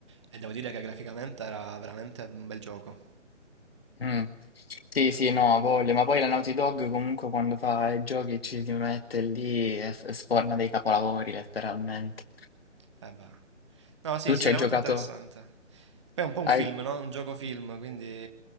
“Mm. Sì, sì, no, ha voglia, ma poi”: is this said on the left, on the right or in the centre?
Left